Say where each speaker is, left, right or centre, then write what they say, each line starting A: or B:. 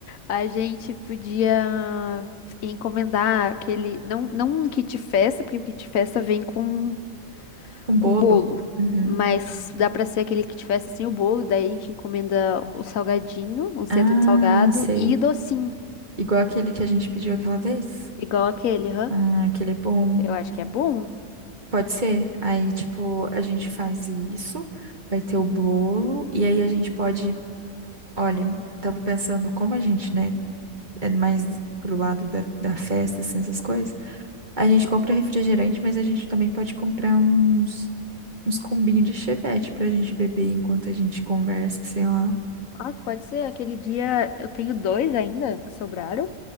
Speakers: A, on the left; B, on the right.
A: A gente podia encomendar aquele. Não, não um kit festa, porque o kit festa vem com,
B: Um bolo.
A: com bolo.
B: Uhum.
A: Mas dá pra ser aquele kit festa sem o bolo. Daí a gente encomenda o salgadinho, um centro
B: Ah,
A: de salgado
B: sei.
A: e docinho.
B: Igual aquele que a gente pediu aquela vez.
A: Igual aquele, hã?
B: Ah, aquele é bom.
A: Eu acho que é bom.
B: Pode ser. Aí, tipo, a gente faz isso, vai ter o bolo, e aí a gente pode. Olha, tava pensando como a gente, né, é mais pro lado da, da festa, assim, essas coisas. A gente compra refrigerante, mas a gente também pode comprar uns, uns combinhos de chevette pra gente beber enquanto a gente conversa, sei lá.
A: Ah, pode ser. Aquele dia eu tenho dois ainda que sobraram